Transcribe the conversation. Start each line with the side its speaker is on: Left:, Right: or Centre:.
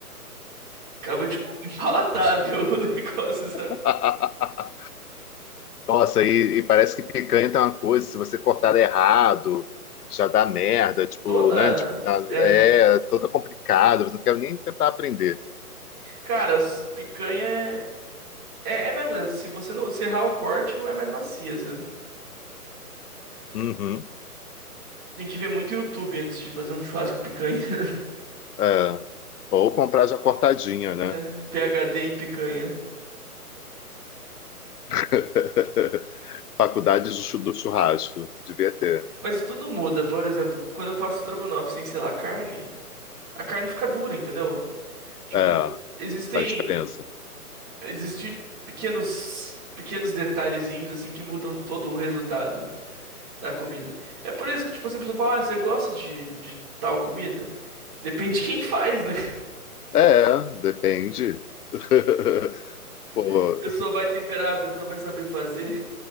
Right: Ficava, tipo, impalatável <laughs> o negócio, sabe?
Left: <laughs> Nossa, e, e parece que picanha tem uma coisa, se você cortar errado, já dá merda, tipo,
Right: Toda.
Left: né? Tipo, na-
Right: É.
Left: é toda complicada, eu não quero nem tentar aprender.
Right: Cara, as picanha é. É, é mesmo. é, Se você não. Se errar o corte, não é mais macia, sabe?
Left: Uhum,
Right: Tem que ver muito YouTube antes de fazer um churrasco com picanha. <laughs>
Left: é. Ou comprar já cortadinha, né?
Right: É, PhD em picanha.
Left: <laughs> Faculdade do chu- do churrasco, devia ter.
Right: Mas tudo muda. Por exemplo, quando eu faço estrogonofe sem selar carne, a carne fica dura, entendeu? Tipo,
Left: É,
Right: existem.
Left: faz diferença.
Right: Existem pequenos. Pequenos detalhezinhos assim que mudam todo o resultado da comida. É por isso que, tipo, assim, a pessoa fala, ah, você gosta de, de tal comida? Depende de quem faz, né?
Left: É, depende. <laughs> Pô,
Right: A pessoa vai temperar, a pessoa vai saber fazer.